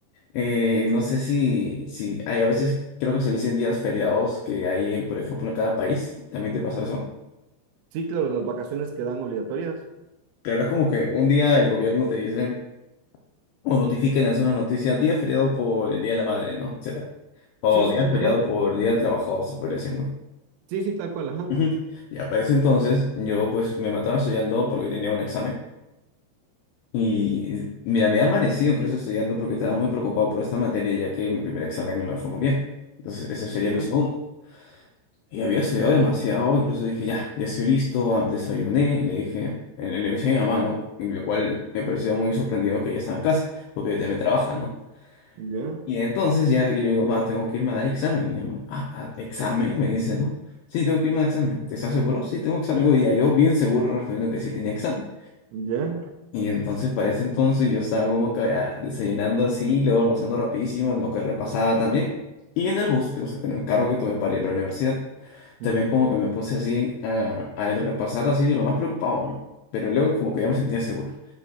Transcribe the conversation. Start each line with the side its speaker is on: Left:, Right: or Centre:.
Left: Eh, no sé si, si hay a veces, creo que se dicen días feriados que hay, en, por ejemplo, en cada país, ¿también te pasó eso?
Right: Sí, claro, las vacaciones quedan obligatorias.
Left: Claro, es como que un día el gobierno te dice, o notifica y lanza una noticia, día feriado por el Día de la Madre, ¿no? Etcétera. O
Right: Sí, sí,
Left: día
Right: sí,
Left: feriado
Right: ajá.
Left: por el Día del Trabajador, se podría decir, ¿no?
Right: Sí, sí, tal cual, ajá.
Left: Ujú. Ya, para ese entonces yo pues me mataba estudiando porque tenía un examen y mira, me he amanecido incluso estudiando porque estaba muy preocupado por esta materia ya que mi primer examen no me fue muy bien. Entonces ese sería
Right: Ya,
Left: mi segundo. Y había estudiado demasiado, incluso dije, ya, ya estoy listo, ah, desayuné y le dije, le, le avisé a mi mamá, ¿no? Y lo cual me parecía muy sorprendido que ella estaba en casa porque ella también trabaja, ¿no?
Right: ya,
Left: Y entonces ya y le digo, ma, tengo que irme a dar examen. Y mi mamá, ah, ah, examen, me dice, ¿no? Sí, tengo que irme a examen. ¿Te estás seguro? Sí, tengo examen hoy día. Yo bien seguro respondiendo que sí tenía examen.
Right: ya.
Left: Y entonces para ese entonces yo estaba como que ah, desayunando así, luego almorzando rapidísimo, lo que repasaba también. Y en el bus, que, o sea, en el carro que tomé para ir a la universidad,
Right: Ujú,
Left: también como que me puse así a, a repasar así de lo más preocupado, ¿no? Pero luego como que ya me sentía seguro.